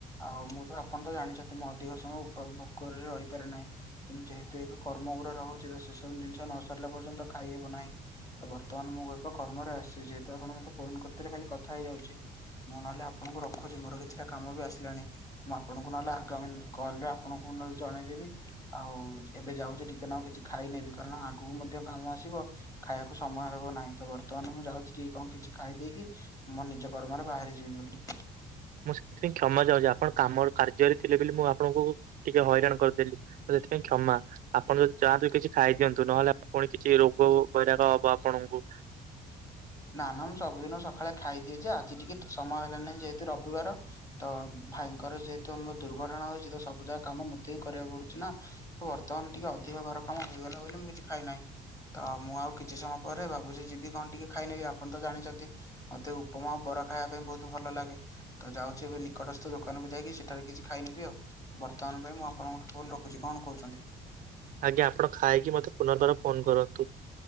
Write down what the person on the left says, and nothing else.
ଆଉ ମୁଁ ତ ଆପଣ ତ ଜାଣିଛନ୍ତି ମୁଁ ଅଧିକ ସମୟ ଭୋ ଭୋକରେ ରହି ନାହିଁ ଯେହେତୁ ଏବେ କର୍ମ ଗୁରେ ରହୁଛି ତ ସେସବୁ ଜିନିଷ ନ ସାରିଲା ପର୍ଯ୍ୟନ୍ତ ଖାଇହବ ନାହିଁ। ତ ବର୍ତ୍ତମାନ ମୁଁ ଏକ କର୍ମରେ ଆସିଛି ଯେହେତୁ ଆପଣ ମତେ ଫୋନ କରିଥିଲେ ଖାଲି କଥା ହେଇଯାଉଛି। ମୁଁ ନହେଲେ ଆପଣଙ୍କୁ ରଖୁଛି ମୋର କିଛିଟା କାମ ବି ଆସିଲାଣି ମୁଁ ଆପଣଙ୍କୁ ନହେଲେ ଆଗାମୀ କଲ୍ ରେ ଆପଣଙ୍କୁ ମୁଁ ନହେଲେ ଜଣେଇଦେବି। ଆଉ ଏବେ ଯାଉଛି ଟିକେ ନାଗୁ କିଛି ଖାଇନେବି କାରଣ ଆଗକୁ ମଧ୍ୟ କାମ ଆସିବ। ଖାଇବାକୁ ସମୟ ହେବ ନାହିଁ। ତ ବର୍ତ୍ତମାନ ମୁଁ ଯାଉଛି ଟିକେ କଣ କିଛି ଖାଇଦେଇକି ମୋ ନିଜ କର୍ମରେ ବାହାରି ଯିବି ବୋଲି।
ନାଁ ନାଁ ମୁଁ ସବୁଦିନ ସକାଳେ ଖାଇଦିଏ ଯେ ଆଜି ଟିକେ ସମୟ ହେଲାନାହିଁ ଯେହେତୁ ରବିବାର। ତ ଭାଇଙ୍କର ଯେହେତୁ ମୋ ଦୁର୍ଘଟଣା ହେଇଛି ତ ସବୁ ଯାକ କାମ ମତେ କରିବାକୁ ପଡୁଛି ନା ତ ବର୍ତ୍ତମାନ ଟିକେ ଅଧିକ ଘର କାମ ହୋଇଗଲା ବୋଲି ମୁଁ କିଛି ଖାଇନାହିଁ। ତ ମୁଁ ଆଉ କିଛି ସମୟ ପରେ ଭାବୁଛି ଯିବି କଣ ଟିକେ ଖାଇନେବି ଆପଣ ତ ଜାଣିଛନ୍ତି। ମତେ ଉପମା ଓ ବରା ଖାଇବା ପାଇଁ ବହୁତ୍ ଭଲ ଲାଗେ। ତ ଯାଉଛି ଏବେ ନିକଟସ୍ଥ ଦୋକାନକୁ ଯାଇକି ସେଠାରେ କିଛି ଖାଇନେବି ଆଉ। ବର୍ତ୍ତମାନ ପାଇଁ ମୁଁ ଆପଣଙ୍କଠୁ ଫୋନ ରଖୁଛି କଣ କହୁଛନ୍ତି।